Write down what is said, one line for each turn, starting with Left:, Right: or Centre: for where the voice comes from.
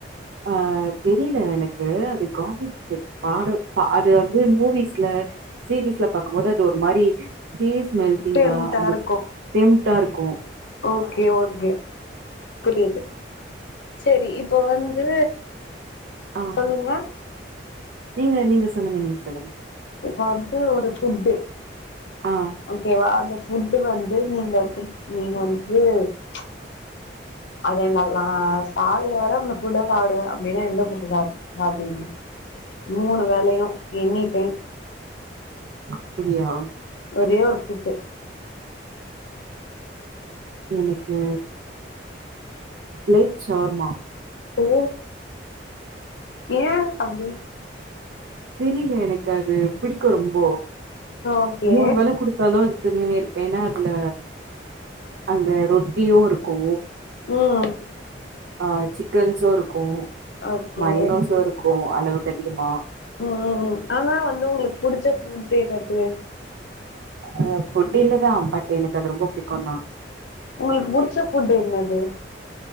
Right: ஆஹ் தெரில எனக்கு அது கார்லிக் பிரட் பாட அது வந்து மூவிஸ்ல சீரீஸ்ல பாக்கும் போது அது ஒரு மாரி சீஸ் மெல்ட்டிங்கா
Left: டெம்ட்டா
Right: அது
Left: இருக்கு
Right: டெம் டாருக்கும்
Left: ஓகே ஓகே புரிது சரி இப்போ வந்து
Right: ஆ
Left: சொல்லுங்க
Right: நீங்க நீங்க சொல்லுங்க நீங்க சொல்லுங்க
Left: இப்ப வந்து ஒரு ஃபுட்டு
Right: ஆ
Left: ஓகே வா அந்த ஃபு ஃபுட்டு வந்து நீங்க நீங்க வந்து ச் அதனால சாகுர வர அந்த புட்ட சாப்டுவே அப்டின்னா எந்த ஃபுட்டு சா சாப்டுவீங்க மூணு வேலையும் எனி டைம்
Right: அப்டியா
Left: ஒரே ஒரு ஃபுட்டு்
Right: எனக்கு பிளைட் ஷவர்மா
Left: ஓ ஏன் அப்டி
Right: தெரில எனக்கு அது புடிக்கூ ரொம்ப
Left: ஓகே
Right: மூணு வேல கொடுத்தாலு துணி ந இருப்பேன்னா அதுல அந்த ரொட்டியும் இருக்கூ
Left: ம்
Right: ஆ சிக்கன் சோறு இருக்கூ
Left: ஓகே
Right: மைனோசும் இருக்கச அளவுக்கு அதிகமா
Left: ம் ம் ஆனா வந்து உங்களுக்கு புடிச்ச ஃபுட் என்னது
Right: அஹ் ஃபுட் இல்லதான் பட் எனக்கு அது ரொம்ப பிடிக்கூ தான்
Left: உங்களுக்கு புடிச்ச ஃபுட் என்னது